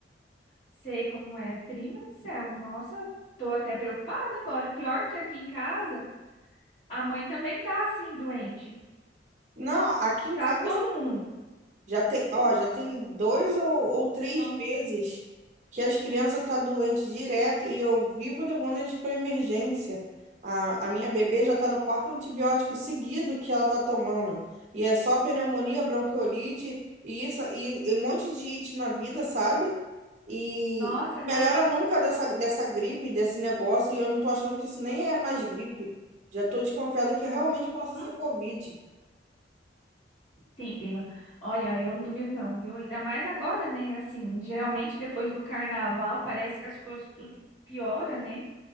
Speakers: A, on the left (about 40°); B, on the right (about 40°).
A: sei como é. Prima do céu, nossa, eu tô até preocupada agora. Pior que aqui em casa, a mãe também tá assim, doente.
B: Não, aqui em
A: Tá
B: casa
A: todo mundo.
B: Já tem,
A: <clears throat>
B: ó, já tem dois ou, ou três
A: Nossa,
B: meses que as crianças tá doente direto e eu vivo levando eles para emergência. A, a minha bebê já tá no quarto antibiótico seguido que ela tá tomando. E é só pneumonia, bronquiolite e isso e, e um monte de it na vida, sabe? E
A: nossa,
B: melhora
A: tadinha.
B: nunca dessa, dessa gripe, desse negócio, e eu não tô achando que isso nem é mais gripe. Já tô desconfiada que realmente
A: Uhum.
B: possa ser Covid.
A: Sim, prima. Olha, eu não duvido não, viu? Ainda mais agora, né? Assim, geralmente depois do carnaval parece que as coisas tudo piora, né?